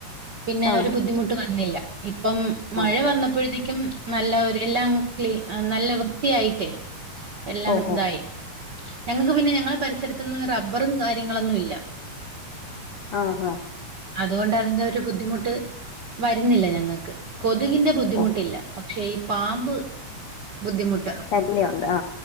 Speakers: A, on the right; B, on the left.
A: പിന്നെ
B: ആഹ്
A: ഒരു ബുദ്ധിമുട്ട് വന്നില്ല ഇപ്പം മഴ
B: ആഹ്
A: വന്നപ്പോഴത്തേക്കും
B: ആഹ്
A: നല്ല ഒര് എല്ലാം ക്ലീൻ നല്ല വൃത്തിയായിട്ടേ എല്ലാം
B: ഓഹോ
A: തായി ഞങ്ങക്ക് പിന്നെ ഞങ്ങളെ പരിസരത്തൊന്നും റബ്ബറും കാര്യങ്ങളൊന്നും ഇല്ല
B: ആഹ് ആഹ്
A: അതുകൊണ്ട് അതിന്റെ ഒരു ബുദ്ധിമുട്ട് വരുന്നില്ല ഞങ്ങക്ക് കൊതുകിന്റെ ബുദ്ധിമുട്ടില്ല
B: ഓഹ്
A: പക്ഷെ ഈ പാമ്പ് ബുദ്ധിമുട്ടാ
B: ശല്യ ഉണ്ട് ആഹ്